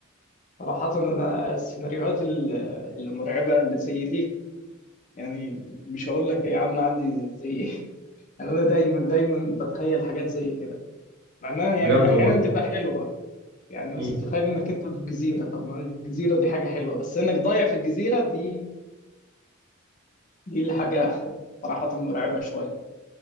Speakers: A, on the left (about 40°); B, on the right (about 55°).
A: صراحة أنا السيناريوهات ال- المرعبة اللي زي دي يعني مش هقول لك هي عاملة عندي زي إيه <laughs> يعني أنا دايما دايما بتخيل حاجات زي كده مع إنها يعني
B: بجد
A: أحيانا
B: والله
A: تبقى حلوة يعني مثلا
B: مم.
A: تتخيل إنك أنت في جزيرة طب ما الجزيرة دي حاجة حلوة بس إنك ضايع في الجزيرة دي دي اللي حاجة <laughs> صراحة مرعبة شوية